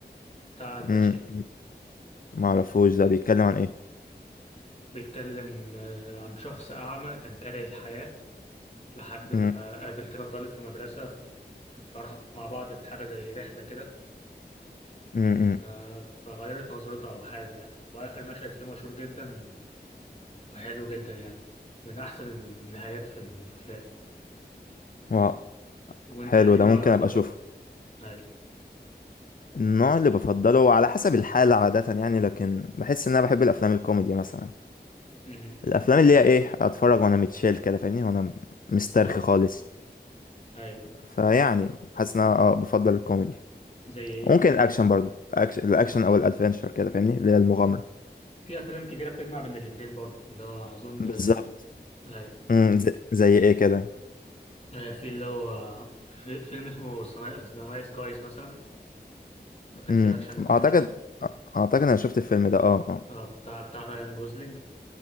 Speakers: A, on the left; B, on the left.
A: بتاع الباتشينو
B: امم معرفوش ده بيتكلم عن إيه
A: بيتكلم آه، عن شخص أعمى كان كاره الحياة لحد ما
B: امم
A: قابل كده طالب في مدرسة في كان فرحوا مع بعض في حاجة زي رحلة كده
B: امم
A: آه، فغيرت نظرته أو حاجة يعني وآخر مشهد فيه مشهور جدا وحلو جدا يعني من احسن النهايات في الافلام
B: واو
A: وانت
B: حلو
A: ايه النوع
B: ده ممكن
A: اللي بتفضله
B: أبقى أشوفه
A: اي
B: النوع اللي بفضله على حسب الحالة عادة يعني لكن بحس إن أنا بحب الأفلام الكوميدي مثلا
A: امم
B: الأفلام اللي هي إيه أتفرج وأنا متشيل كده فاهمني وأنا مسترخي
A: اه
B: خالص
A: اي
B: فيعني حاسس ان انا اه بفضل الكوميدي
A: زي ايه
B: ممكن الاكشن برضو الأكش... الاكشن او الادفنتشر كده فاهمني اللي هي المغامره
A: في افلام كتيره بتجمع بين الاتنين برضو اللي هو اظن
B: بالظبط
A: اي
B: امم زي... زي ايه كده
A: آه، في اللي هو في فيلم اسمه ذا نايس جايز مثلا ده كان
B: امم
A: فيه اكشن وكوميدي
B: اعتقد اعتقد انا شفت الفيلم ده اه اه
A: اه بتاع بتاع رايان جوزلينج